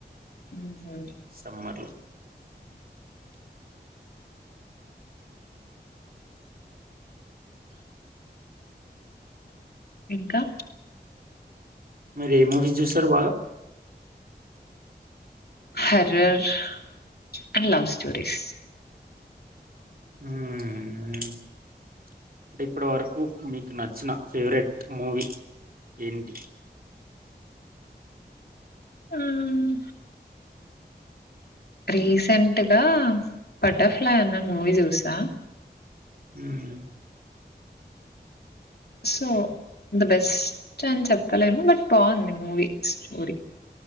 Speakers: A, on the left; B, on the right.
A: ఉమ్ హూ
B: సమ్మర్ లో
A: ఇంకా
B: మీరు ఏ మూవీస్ చూస్తారు బాగా.
A: Horror and love stories.
B: ఉమ్మ్ అంటే ఇప్పటి వరకు మీకు నచ్చిన ఫేవరెట్ మూవీ ఏంటి.
A: ఉమ్ రీసెంట్గా బట్టర్ఫైల్యి అన్న మూవీ చూసా.
B: ఉమ్
A: సో ద బెస్ట్ అని చెప్పలేము, బట్ బావుంది మూవీ స్టోరీ.